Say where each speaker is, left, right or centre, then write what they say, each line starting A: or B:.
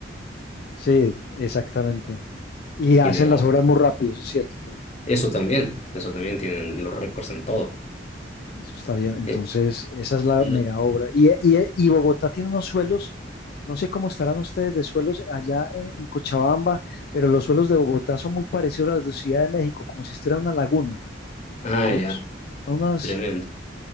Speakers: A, on the left (about 55°); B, on the left (about 35°).
A: Sí, exactamente. Y
B: ¿Qué
A: hacen
B: le vamos?
A: las obras
B: a hacer?
A: muy rápido, eso es cierto, pero
B: Eso también, eso también tienen los récords en todo.
A: Eso está bien. Entonces,
B: Eh,
A: esa es la
B: lo-
A: mega obra. Y, y- y Bogotá tiene unos suelos, no sé cómo estarán ustedes de suelos allá en, en Cochabamba, pero los suelos de Bogotá son muy parecidos a los de Ciudad de México, como si estuviera una laguna.
B: Ah,
A: Son,
B: ya,
A: son unas,
B: tremendo.